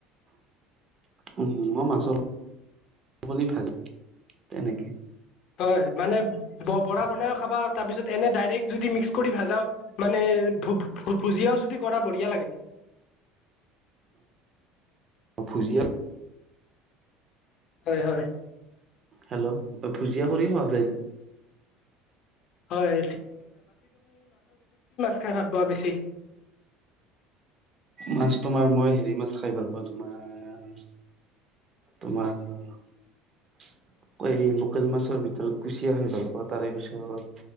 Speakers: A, on the right (about 40°); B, on the left (about 60°).
A: <inaudible> উম, মই মাছৰ ভাজি তেনেকে।
B: হয়, মানে বৰা বনাইও খাবা, তাৰপিছত এনে ডাইৰেক্ট যদি মিক্স কৰি ভাজাও মানে। ভ, ভুজিয়াও যদি কৰা বঢ়িয়া লাগে।
A: অ, ভূজিয়া
B: হয়, হয়।
A: হেল্ল' অ, ভুজিয়া কৰি কোৱা যাই।
B: হয় কিকে ভাল পোৱা বেছি।
A: মাছ তোমাৰ মই হেৰি মাছ খাই ভাল পাওঁ তোমাৰ তোমাৰ এই লোকেল মাছৰ ভিতৰত কুচিয়া খাই, ভাল পাওঁ তাৰে পিছত